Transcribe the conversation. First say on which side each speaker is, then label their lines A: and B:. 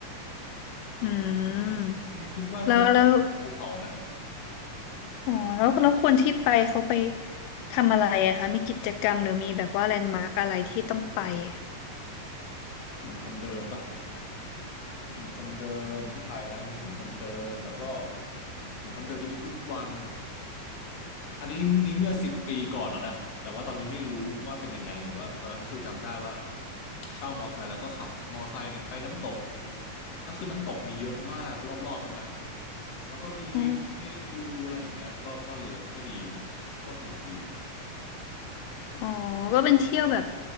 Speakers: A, on the left; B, on the left.
A: อืม
B: คิดว่าน่าจะเป็นแอ่งกลางภูเขานะ
A: แล้วแล้วอ๋อแล้วแล้วคนที่ไปเขาไปทำอะไรอะคะมีกิจกรรมหรือมีแบบว่าแลนด์มาร์กอะไรที่ต้องไปอะ
B: หนหนมคนเดินปะหนหนมคนเดินที่ไปนะมีหน่มคนเดินแล้วก็หน่มคนเดินจะมีทุกวันอันนี้นี่เมื่อสิบปีก่อนแล้วนะแต่ว่าตอนนี้ไม่รู้ว่าเป็นยังไงแต่ว่าตอนนั้นคือจำได้ว่าเช่ามอไซค์แล้วก็ขับมอไซค์เนี่ยไปน้ำตกก็คือน้ำตกมีเยอะมากรอบๆนั้นนะแล้วก็มีวิวให้ดูอะไรอย่างเงี้ยก็ก็เยอะก็ดีครับก็สนุกดี
A: อ๋อ อ๋อก็เป็นเที่ยวแบบ